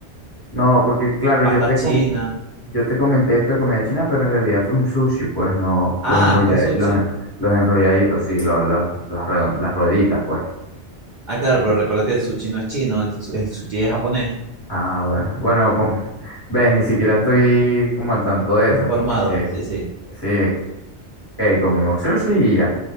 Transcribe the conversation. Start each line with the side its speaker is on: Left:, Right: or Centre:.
Left: No, porque claro,
Right: pasta
Left: yo te,
Right: china.
Left: com- yo te comenté esto de comida china, pero en realidad fue un sushi, pues, no,
Right: Ah,
Left: los enrolladitos,
Right: fue sushi.
Left: los, en- los enrolladitos, sí, los, los, los redon- las rueditas, pues.
Right: Ah, claro, pero recuerda que el sushi no es chino, el, su- el sushi es japonés.
Left: Ah, bueno, bueno, com- ves, ni siquiera estoy como al tanto de
Right: Informado,
Left: eso. Es que
Right: sí, sí.
Left: sí, que comimos sushi y ya.